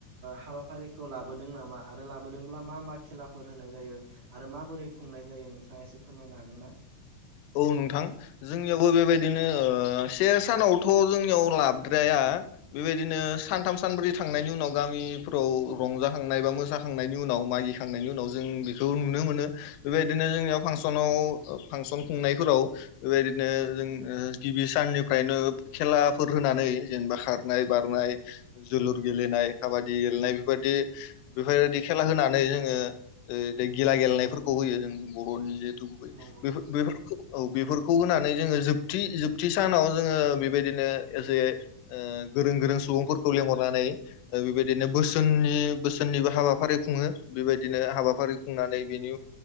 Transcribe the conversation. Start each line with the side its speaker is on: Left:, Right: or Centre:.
Right: हाबाफारिखौ लाबोदों नामा आरो लाबोदोंब्ला मा मा खेला फोर होनाय जायो आरो माबोरै खुंनाय जायो नोंथाङा एसे फोरमायनो हागोन ना।
Left: औ नोंथां जोंनियावबो बेबायदिनो से सानावथ जोंनियाव लाबद्राया बेबायदिनो सानथाम सानब्रै थांनायनि उनाव गामिफोराव रंजाखांनाय बा मोसाखांनायनि उनाव उनाव मागि खांनायनि उनाव जों बेखौ नुनो मोनो बेबायदिनो जोंनियाव फांसन फांसन खुंनायफोराव बेबायदिनो जों गिबि साननिफ्रायनो खेलाफोर होनानै जेन खारनाय बारनाय जोलुर गेलेनाय काबादि गेलेनाय बेफोरबायदि बेफोरबायदि खेला होनानै जोङो द गिला गेलेनायफोरखौ होयो जों बरनि जिहेथु गुबै
Right: नंगौ
Left: बे
Right: नंगौ
Left: बेफोर औ बेफोरखौ होनानै जोङो जोबथि जोबथि सानाव जोङो बेबायदिनो एसे गोरों गोरों सुबुंफोरखौ लेंहरनानै बेबायदिनो बोसोननि बोसोननिबो हाबाफारि खुङो बेबायदिनो हाबाफारि खुंनानै बेनि